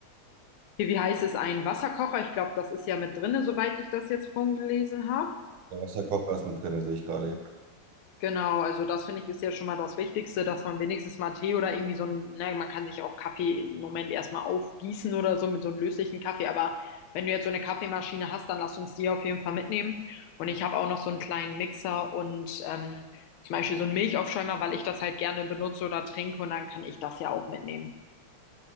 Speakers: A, on the left; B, on the right.
A: hier, wie heißt es, ein Wasserkocher. Ich glaube, das ist ja mit drinne, soweit ich das jetzt vorhin gelesen habe.
B: Der Wasserkocher ist mit drin, sehe ich gerade. Ja,
A: Genau, also das finde ich ist ja schon mal das Wichtigste, dass man wenigstens mal Tee oder irgendwie so ein, ne, man kann sich auch Kaffee im Moment erstmal aufgießen oder so mit so einem löslichen Kaffee, aber wenn du jetzt so eine Kaffeemaschine hast, dann lass uns die auf jeden Fall mitnehmen. Und ich habe auch noch so einen kleinen Mixer und ähm, zum Beispiel so einen Milchaufschäumer, weil ich das halt gerne benutze oder trinke und dann kann ich das ja auch mitnehmen.